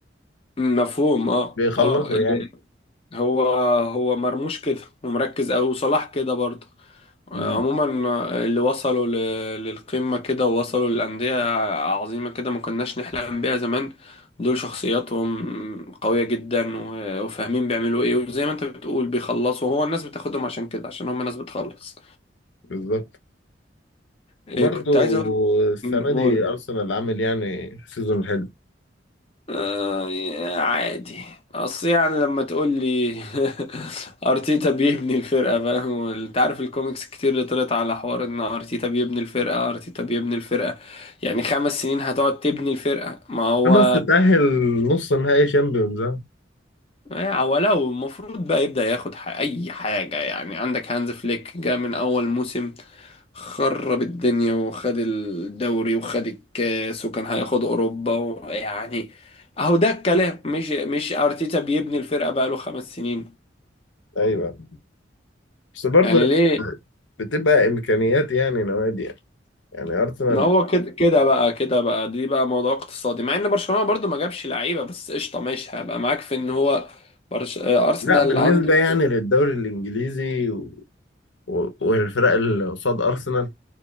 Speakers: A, on the left (about 30°); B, on the left (about 90°).
A: مفهوم اه
B: بيخلصوا
A: اه اللي
B: يعني
A: هو هو مرموش كده ومركز قوي وصلاح كده برضه عموما
B: امم
A: اللي وصلوا ل- للقمة كده ووصلوا للأندية عظيمة كده ما كناش نحلم بيها زمان دول شخصياتهم قوية جدا و- وفاهمين بيعملوا ايه وزي ما انت بتقول بيخلصوا هو الناس بتاخدهم عشان كده عشان هم ناس بتخلص
B: بالظبط
A: إيه،
B: وبرضه
A: كنت عايز اقول
B: السنة
A: م،
B: دي
A: قول
B: أرسنال عامل يعني سيزون حلو
A: آه عادي اصل يعني لما تقول لي <laughs> ارتيتا بيبني الفرقه فاهم انت عارف الكوميكس كتير اللي طلعت على حوار ان ارتيتا بيبني الفرقه ارتيتا بيبني الفرقه يعني خمس سنين هتقعد تبني الفرقه ما هو
B: بس تأهل نص نهائي شامبيونز آه.
A: يعني ولو المفروض بقى يبدأ ياخد ح- أي حاجة يعني عندك هانز فليك جه من أول موسم خرب الدنيا وخد الدوري وخد الكاس وكان هياخد أوروبا و- يعني أهو ده الكلام مش مش أرتيتا بيبني الفرقة بقاله خمس سنين
B: أيوه بس برضه
A: يعني ليه
B: بتبقى إمكانيات يعني نوادي يعني يعني أرسنال
A: ما هو كده كده بقى كده بقى دي بقى موضوع اقتصادي مع إن برشلونة برضو ما جابش لعيبة بس قشطة ماشي هبقى معاك في إن هو برش... آه، أرسنال
B: لا بالنسبة
A: عنده
B: يعني للدوري الإنجليزي و... و- والفرق اللي قصاد أرسنال